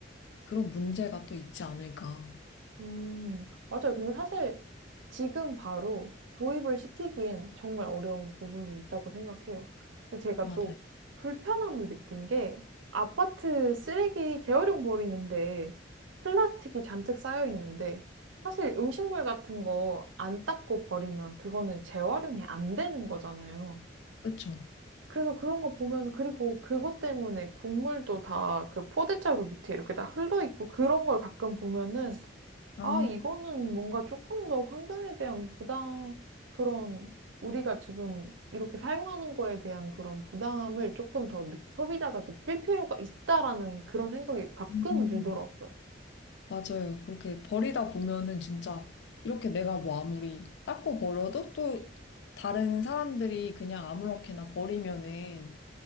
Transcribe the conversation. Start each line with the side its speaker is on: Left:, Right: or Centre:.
Left: 그런 문제가 또 있지 않을까.
Right: 음, 맞아요. 근데 사실 지금 바로 도입을 시키기엔 정말 어려운 부분이 있다고 생각해요. 근데 제가
Left: 맞아요.
Right: 또 불편함을 느낀 게 아파트 쓰레기 재활용 버리는데 플라스틱이 잔뜩 쌓여 있는데 사실 음식물 같은 거 안 닦고 버리면 그거는 재활용이 안 되는 거잖아요.
Left: 그쵸?
Right: 그래서 그런 거 보면 그리고 그것 때문에 국물도 다 그 포대자루 밑에 이렇게 다 흘러 있고 그런 걸 가끔 보면은
Left: 아,
Right: 아, 이거는 뭔가 조금 더 환경에 대한 부담, 그런, 우리가 지금 이렇게 사용하는 거에 대한 그런 부담을 조금 더 느- 소비자가 느낄 필요가 있다라는 그런 생각이 가끔은
Left: 음.
Right: 들더라고요.
Left: 맞아요. 그렇게 버리다 보면은 진짜 이렇게 내가 뭐 아무리 닦고 버려도 또 다른 사람들이 그냥 아무렇게나 버리면은